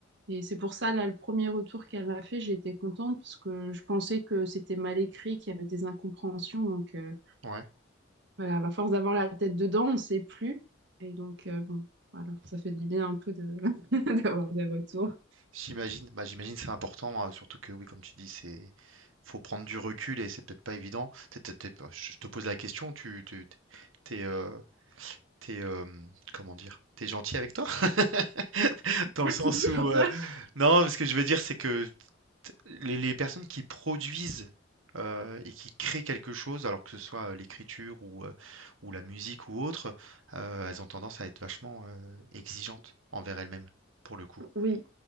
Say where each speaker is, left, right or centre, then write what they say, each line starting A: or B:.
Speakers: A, on the right (about 60°); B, on the right (about 75°).
A: Et c'est pour ça, là, le premier retour qu'elle m'a fait, j'ai été contente parce que je pensais que c'était mal écrit, qu'il y avait des incompréhensions. Donc, euh,
B: ouais.
A: voilà, à force d'avoir la tête dedans, on ne sait plus. Et donc, euh, bon, voilà, ça fait du bien un peu de <laughs> d'avoir des retours.
B: J'imagine, bah j'imagine c'est important, euh, surtout que oui, comme tu dis, c'est faut prendre du recul et c'est peut-être pas évident. T'es- t'es- t'es- bah, je te pose la question, tu, tu- t'es, euh, t'es, euh, comment dire, t'es gentil avec toi? <laughs> Dans
A: <laughs>
B: le sens où, euh, non, ce que je veux dire, c'est que les, les personnes qui produisent euh, et qui créent quelque chose, alors que ce soit euh, l'écriture ou, euh, ou la musique ou autre, euh, elles ont tendance à être vachement euh, exigeantes envers elles-mêmes, pour le coup.
A: Oui,